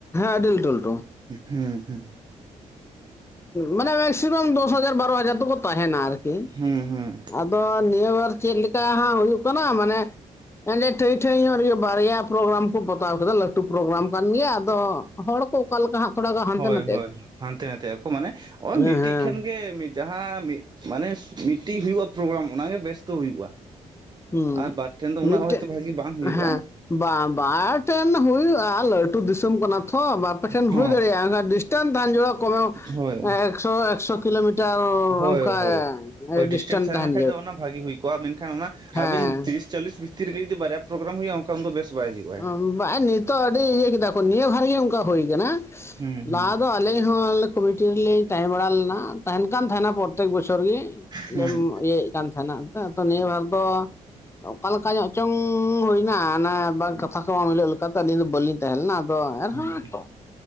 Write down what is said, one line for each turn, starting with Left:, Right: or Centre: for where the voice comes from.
Left: ᱟᱹᱰᱤ ᱞᱟᱹᱴᱩ ᱞᱟᱹᱴᱩ
Right: ᱦᱮᱸ ᱦᱮᱸ
Left: ᱢᱟᱱᱮ ᱢᱮᱠᱥᱤᱢᱟᱢ ᱫᱚᱥ ᱦᱟᱡᱟᱨ ᱵᱟᱨᱚ ᱦᱟᱡᱟᱨ ᱫᱚᱠᱚ ᱛᱟᱦᱮᱱᱟ ᱟᱨᱠᱤ
Right: ᱦᱩᱸ ᱦᱩᱸ
Left: ᱟᱫᱚ ᱱᱤᱭᱟᱹ ᱵᱟᱨ ᱪᱮᱫ ᱞᱮᱠᱟ ᱦᱟᱸᱜ ᱦᱩᱭᱩᱜ ᱠᱟᱱᱟ᱾ᱢᱟᱱᱮ ᱮᱸᱰᱮ ᱴᱷᱟᱹᱭ ᱴᱷᱟᱹᱭ ᱧᱚᱜ ᱵᱟᱨᱭᱟ ᱯᱨᱳᱜᱨᱟᱢ ᱠᱚ ᱯᱚᱛᱟᱣ ᱠᱟᱫᱟ ᱞᱟᱹᱴᱩ ᱯᱨᱳᱜᱨᱟᱢ ᱠᱟᱱ ᱜᱮᱭᱟ ᱟᱫᱚ ᱦᱚᱲ ᱠᱚ ᱚᱠᱟ ᱞᱮᱠᱟ ᱦᱟᱸᱜ ᱛᱷᱚᱲᱟ ᱦᱟᱱᱛᱮ
Right: ᱦᱳᱭ
Left: ᱱᱟ
Right: ᱦᱳᱭ ᱦᱟᱱᱛᱮ ᱱᱟᱛᱮ ᱟᱠᱚ ᱢᱟᱱᱮ ᱚᱭ
Left: ᱦᱮᱸ
Right: ᱢᱤᱫᱴᱤᱡ
Left: ᱦᱮᱸ
Right: ᱠᱷᱮᱱ ᱜᱮ ᱡᱟᱦᱟᱸ ᱢᱟᱱᱮ ᱢᱤᱫᱴᱤᱡ ᱦᱩᱭᱩᱜᱼᱟ ᱯᱨᱳᱜᱨᱟᱢ ᱚᱱᱟᱜᱮ ᱵᱮᱥ ᱛᱚ ᱦᱩᱭᱩᱜᱼᱟ
Left: ᱦᱩᱸ
Right: ᱟᱨ ᱵᱟᱨ ᱴᱷᱮᱱ ᱫᱚ
Left: ᱢᱤᱫᱴᱮᱡ
Right: ᱩᱱᱟᱹᱜ ᱦᱚᱭ ᱛᱚ ᱵᱷᱟᱹᱜᱤ ᱵᱟᱝ ᱦᱩᱭᱩᱜᱼᱟ᱾
Left: ᱦᱮᱸ ᱵᱟᱝ ᱵᱟᱨ ᱴᱷᱮᱱ ᱦᱩᱭᱩᱜᱼᱟ ᱞᱟᱹᱴᱩ ᱫᱤᱥᱚᱢ ᱠᱟᱱᱟ ᱛᱚ ᱵᱟᱨᱯᱮ ᱴᱷᱮᱱ
Right: ᱦᱚᱸ
Left: ᱦᱩᱭ ᱫᱟᱲᱮᱭᱟᱜᱼᱟ ᱫᱷᱟᱱ ᱡᱳᱲᱟ ᱠᱚᱫᱚ
Right: ᱦᱳᱭ
Left: ᱮᱠᱥᱚ ᱮᱠᱥᱚ ᱠᱤᱞᱳᱢᱤᱴᱟᱨ
Right: ᱦᱳᱭ
Left: ᱚᱱᱠᱟ
Right: ᱦᱳᱭ ᱦᱳᱭ ᱰᱤᱥᱴᱮᱱᱥ
Left: ᱰᱤᱥᱴᱮᱱ
Right: ᱛᱟᱦᱮᱸ
Left: ᱛᱟᱦᱮᱱ
Right: ᱞᱮᱱᱠᱷᱟᱡ ᱫᱚ ᱚᱱᱟ ᱵᱷᱟᱜᱤ ᱦᱩᱭ ᱢᱮᱱᱠᱷᱟᱱ ᱚᱱᱟ
Left: ᱦᱮᱸ
Right: ᱟᱵᱤᱱ ᱛᱤᱨᱤᱥ ᱪᱚᱞᱞᱤᱥ ᱵᱷᱤᱛᱤᱨ ᱨᱮ ᱜᱮ ᱡᱩᱫᱤ ᱵᱟᱨᱭᱟ ᱯᱨᱳᱜᱨᱟᱢ ᱦᱩᱭᱩᱜᱼᱟ ᱚᱱᱠᱟ ᱩᱱᱫᱚ ᱵᱮᱥ ᱵᱟᱭ ᱦᱩᱭᱩᱜᱼᱟ᱾
Left: ᱵᱟᱝ ᱱᱤᱛᱚᱜ ᱟᱹᱰᱤ ᱤᱭᱟᱹ ᱠᱮᱫᱟ ᱠᱚ ᱱᱤᱭᱟᱹ ᱵᱷᱟᱨ ᱜᱮ ᱚᱱᱠᱟ ᱦᱩᱭ ᱟᱠᱟᱱᱟ
Right: ᱦᱩᱸ
Left: ᱞᱟᱦᱟ
Right: ᱦᱩᱸ
Left: ᱫᱚ ᱟᱹᱞᱤᱧ ᱦᱚᱸ ᱠᱚᱢᱤᱴᱤ ᱨᱮᱞᱤᱤᱧ ᱛᱟᱦᱮᱸ ᱵᱟᱲᱟ ᱞᱮᱱᱟ ᱛᱟᱦᱮᱱ ᱠᱟᱱ ᱛᱟᱦᱮᱱᱟ ᱯᱨᱚᱛᱛᱮᱠ ᱵᱚᱪᱷᱚᱨ ᱜᱮ <inaudible>
Right: ᱦᱩᱸ
Left: ᱤᱭᱟᱹ ᱛᱮᱱᱟ ᱱᱤᱭᱟᱹ ᱵᱷᱟᱨ ᱫᱚ ᱚᱠᱟ ᱞᱮᱠᱟ ᱧᱚᱜᱪᱚᱝ ᱦᱩᱭᱱᱟ ᱚᱱᱟ ᱠᱟᱛᱷᱟ ᱠᱚ ᱵᱟᱝ ᱦᱤᱞᱳᱜ ᱫᱚ ᱟᱹᱞᱤᱧ ᱫᱚ ᱵᱟᱹᱞᱤᱧ ᱛᱟᱦᱮᱸ ᱞᱮᱱᱟ ᱟᱫᱚ ᱮᱱᱦᱚᱸᱛᱚ
Right: ᱦᱩᱸ